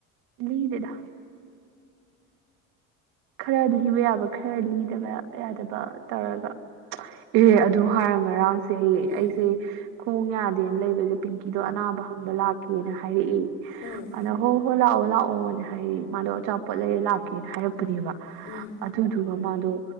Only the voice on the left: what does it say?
ꯎꯝ
ꯎꯝ
ꯎꯝ